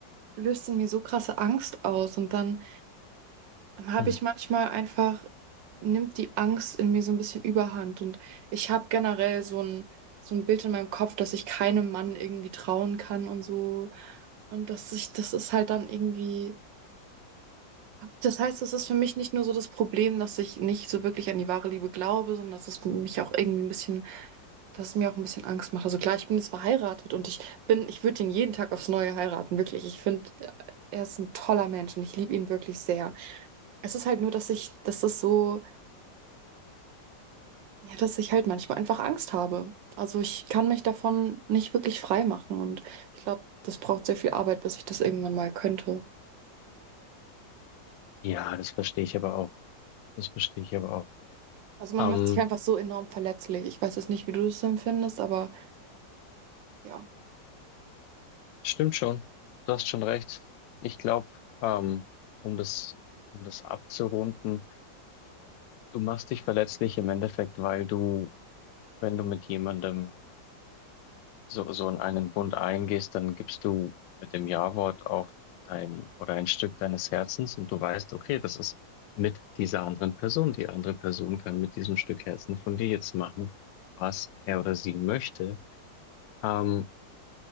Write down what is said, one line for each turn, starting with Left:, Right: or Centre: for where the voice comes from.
Right: löst in mir so krasse Angst aus. Und dann habe
Left: Mhm.
Right: ich manchmal einfach, nimmt die Angst in mir so ein bisschen Überhand. Und ich habe generell so ein, so ein Bild in meinem Kopf, dass ich keinem Mann irgendwie trauen kann und so. Und dass ich, das ist halt dann irgendwie. Das heißt, es ist für mich nicht nur so das Problem, dass ich nicht so wirklich an die wahre Liebe glaube, sondern dass es mich auch irgendwie ein bisschen das mir auch ein bisschen Angst macht. Also klar, ich bin jetzt verheiratet und ich bin, ich würde ihn jeden Tag aufs Neue heiraten, wirklich. Ich finde, er ist ein toller Mensch und ich liebe ihn wirklich sehr. Es ist halt nur, dass ich, dass das so, ja, dass ich halt manchmal einfach Angst habe. Also ich kann mich davon nicht wirklich frei machen und ich glaube, das braucht sehr viel Arbeit, bis ich das irgendwann mal könnte.
Left: Ja, das verstehe ich aber auch. Das verstehe ich aber auch.
Right: Also man
Left: Ähm,
Right: macht sich einfach so enorm verletzlich. Ich weiß jetzt nicht, wie du das empfindest, aber ja.
Left: stimmt schon. Du hast schon recht. Ich glaube, ähm, um das, um das abzurunden, du machst dich verletzlich im Endeffekt, weil du, wenn du mit jemandem so, so in einen Bund eingehst, dann gibst du mit dem Ja-Wort auch dein oder ein Stück deines Herzens und du weißt, okay, das ist mit dieser anderen Person. Die andere Person kann mit diesem Stück Herzen von dir jetzt machen, was er oder sie möchte. Ähm,